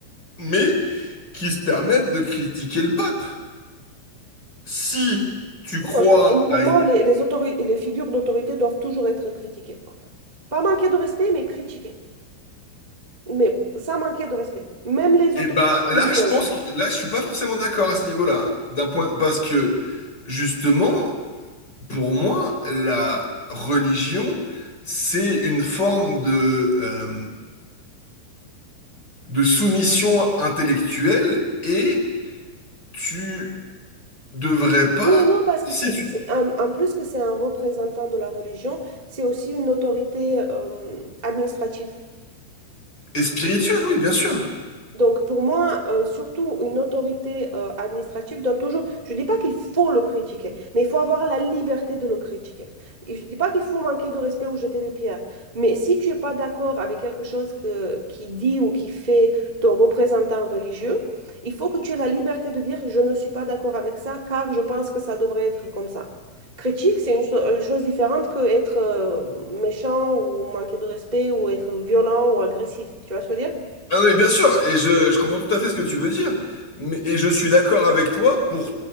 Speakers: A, on the left; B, on the right.
A: mais qui se permettent de critiquer le pape. Si tu crois
B: Moi, je- pour
A: à
B: moi,
A: une...
B: les, les autori- les figures d'autorité doivent toujours être critiquées. Pas manquer de respect, mais critiquées. Mais ça manquait de respect. Même les
A: Eh
B: autorités
A: ben là,
B: religieuses.
A: je pense que là, je suis pas forcément d'accord à ce niveau-là, d'un point, parce que justement. Pour moi, la religion, c'est une forme de, euh, de soumission intellectuelle et tu devrais pas,
B: Oui, non, parce que
A: si
B: c'est,
A: tu
B: c'est un- en plus que c'est un représentant de la religion, c'est aussi une autorité euh, administrative.
A: es spirituel, oui, bien sûr.
B: Donc pour moi, euh, surtout une autorité euh, administrative doit toujours, je ne dis pas qu'il faut le critiquer, mais il faut avoir la liberté de le critiquer. Et je ne dis pas qu'il faut manquer de respect ou jeter des pierres, mais si tu n'es pas d'accord avec quelque chose que, qui dit ou qui fait ton représentant religieux, il faut que tu aies la liberté de dire je ne suis pas d'accord avec ça car je pense que ça devrait être comme ça. Critique, c'est une cho- euh, chose différente que être euh, méchant ou manquer de respect ou être violent ou agressif. Tu vois ce que je veux dire?
A: Ah non, mais bien sûr, et je, je comprends tout à fait ce que tu veux dire, mais, et je suis d'accord avec toi pour